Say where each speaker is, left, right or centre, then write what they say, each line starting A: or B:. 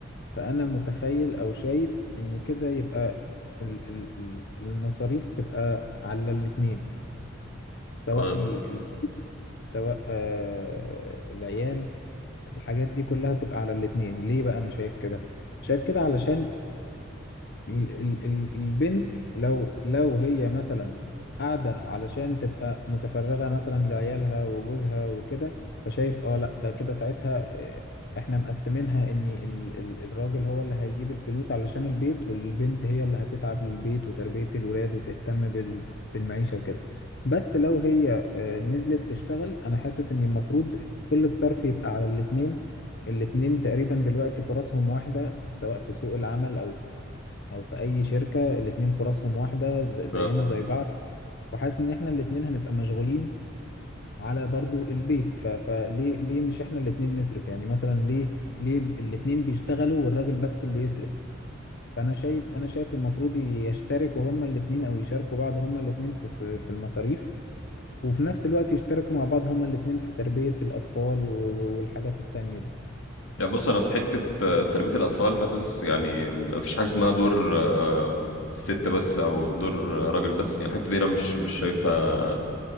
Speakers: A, on the left; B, on the left.
A: فأنا متخيل أو شايف إن كده يبقى ال- ال- ال- المصاريف تبقى على الاتنين سواء
B: تمام
A: ال- البيت سواء آه، العيال الحاجات دي كلها تبقى على الاتنين ليه بقى أنا شايف كده شايف كده علشان ال- ال- ال- البنت لو لو هي مثلا قاعدة علشان تبقى متفرغة مثلا لعيالها وجوزها وكده فشايف اه لا ده كده ساعتها آه، احنا مقسمينها ان ال- ال- الراجل هو اللي هيجيب الفلوس علشان البيت والبنت هي اللي هتتعب للبيت وتربية الولاد وتهتم بال- بالمعيشة وكده بس لو هي آه، نزلت تشتغل انا حاسس ان المفروض كل الصرف يبقى على الاتنين الاتنين تقريبا دلوقتي فرصهم واحدة سواء في سوق العمل أو في او في اي شركه الاتنين فرصهم واحده ز- زينا
B: آه.
A: زي بعض وحاسس ان احنا الاتنين هنبقى مشغولين على برضو البيت ف... فليه ليه مش احنا الاتنين نصرف يعني مثلا ليه ليه الاتنين بيشتغلوا والراجل بس اللي يصرف فانا شايف انا شايف المفروض يشتركوا هما الاتنين او يشاركوا بعض هما الاتنين في في, في المصاريف وفي نفس الوقت يشتركوا مع بعض هما الاتنين في تربيه الاطفال و... و- والحاجات التانية دي
B: يعني بص انا في حتة آه، تربية الأطفال حاسس يعني مفيش حاجة اسمها دور آه، الست بس او دور آه، راجل بس يعني الحتة دي انا مش مش شايفها